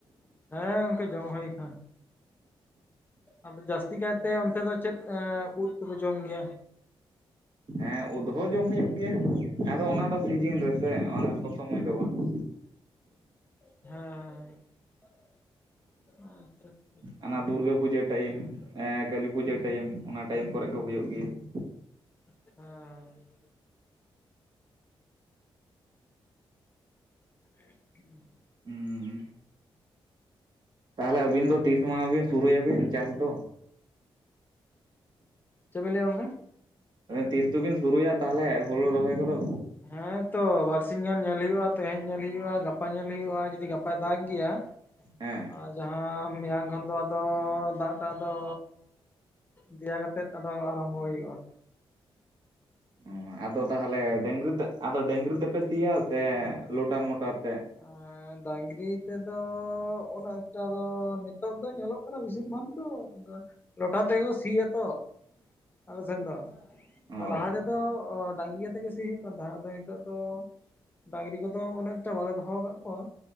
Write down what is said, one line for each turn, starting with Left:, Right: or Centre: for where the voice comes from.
Left: ᱦᱮᱸ ᱜᱚᱢᱠᱮ ᱡᱚᱢ ᱦᱳᱭ ᱠᱟᱱᱟ ᱾ ᱟᱫᱚ ᱡᱟᱹᱥᱛᱤ ᱠᱟᱭᱛᱮ ᱚᱱᱛᱮ ᱫᱚ ᱪᱮᱫ ᱮ ᱩᱫ ᱛᱮᱯᱮ ᱡᱚᱢ ᱜᱮᱭᱟ?
Right: ᱦᱮᱸ ᱩᱫ ᱦᱚᱸ ᱡᱚᱢ ᱦᱩᱭᱩᱜ ᱜᱮᱭᱟ, ᱟᱫᱚ ᱚᱱᱟ ᱫᱚ ᱥᱤᱡᱮᱱ ᱨᱮᱥᱮ ᱚᱱᱟ ᱥᱚᱵᱽ ᱥᱚᱢᱚᱭ ᱫᱚ ᱵᱟᱝ ᱾
Left: ᱦᱮᱸ ᱾ <inaudible> ᱚᱱᱟ ᱜᱮᱛᱚ ᱾
Right: ᱚᱱᱟ ᱫᱩᱨᱜᱟᱹ ᱯᱩᱡᱟᱹ ᱴᱟᱭᱤᱢ, ᱮᱸ ᱠᱟᱹᱞᱤ ᱯᱩᱡᱟᱹ ᱴᱟᱭᱤᱢ, ᱚᱱᱟ ᱴᱟᱭᱤᱢ ᱠᱚᱨᱮᱜ ᱜᱮ ᱦᱩᱭᱩᱜ ᱜᱮᱭᱟ ᱾
Left: ᱦᱮᱸᱻ <inaudible>
Right: ᱦᱩᱸ ᱾ ᱛᱟᱦᱚᱞᱮ ᱟᱹᱵᱤᱱ ᱫᱚ ᱛᱤᱥ ᱢᱟᱦᱟ ᱵᱤᱱ ᱥᱩᱨᱩᱭᱟᱵᱤᱱ ᱪᱟᱥ ᱫᱚ?
Left: ᱪᱮᱜ ᱵᱮᱱ ᱞᱟᱹᱭᱮᱜᱼᱟ ᱜᱚᱢᱠᱮ?
Right: ᱛᱤᱥ ᱫᱚᱵᱤᱱ ᱥᱩᱨᱩᱭᱟ ᱛᱟᱦᱞᱮ ᱦᱩᱲᱩ ᱨᱚᱦᱚᱭ ᱠᱚᱫᱚ?
Left: ᱦᱮᱸᱛᱚ ᱵᱟᱨ ᱥᱤᱧ ᱜᱟᱱ ᱧᱮᱞ ᱦᱩᱭᱩᱜᱼᱟ, ᱛᱮᱦᱮᱧ ᱧᱮᱞ ᱦᱩᱭᱩᱜᱼᱟ, ᱜᱟᱯᱟ ᱧᱮᱞ ᱦᱩᱭᱩᱜᱼᱟ, ᱡᱩᱫᱤ ᱜᱟᱯᱟ ᱫᱟᱜ ᱜᱮᱭᱟᱭᱼᱺ
Right: ᱦᱮᱸ᱾
Left: ᱟᱨ ᱡᱟᱦᱟᱸ ᱢᱮᱭᱟᱝ ᱠᱷᱚᱱ ᱫᱚ ᱟᱫᱚ ᱫᱟᱜ ᱫᱚ ᱟᱫᱚᱻ ᱫᱮᱭᱟ ᱠᱟᱛᱮᱜ ᱟᱫᱚ ᱟᱨᱟᱢᱵᱚ ᱦᱩᱭᱩᱜᱼᱟ ᱾
Right: ᱚ ᱟᱫᱚ ᱛᱟᱦᱚᱞᱮ ᱰᱟᱝᱨᱤ ᱛᱮ, ᱟᱫᱚ ᱰᱟᱝᱨᱤ ᱛᱮᱯᱮ ᱥᱤᱭᱟ ᱥᱮ ᱞᱚᱴᱟᱨ ᱢᱚᱴᱟᱨ ᱛᱮ?
Left: ᱟᱨ ᱰᱟᱝᱨᱤ ᱛᱮᱫᱚ ᱩᱱᱟᱹᱜ ᱮᱠᱴᱟ ᱫᱚ, ᱱᱤᱛᱚᱜ ᱫᱚ ᱧᱮᱞᱚᱜ ᱠᱟᱱᱟ ᱵᱤᱥᱤᱨ ᱵᱷᱟᱜᱽ ᱜᱮᱼᱼ ᱞᱚᱴᱟᱨ ᱛᱮᱜᱮ ᱠᱚ ᱥᱤᱭᱟ ᱛᱚ, ᱟᱞᱮ ᱥᱮᱱ ᱫᱚ ᱾
Right: ᱚ
Left: ᱞᱟᱦᱟ ᱛᱮᱫᱚ ᱰᱟᱝᱨᱤ ᱟᱛᱮᱜᱮ ᱥᱤ ᱦᱩᱭᱩᱜ ᱠᱟᱱ ᱛᱟᱦᱮᱸᱫ ᱟᱫᱚ ᱱᱤᱛᱚᱜ ᱫᱚ, ᱰᱟᱝᱨᱤᱼᱼ ᱱᱤᱛᱚᱜ ᱫᱚ ᱚᱱᱮᱠᱴᱟ ᱵᱟᱞᱮ ᱫᱚᱦᱚ ᱠᱟᱫ ᱠᱚᱣᱟ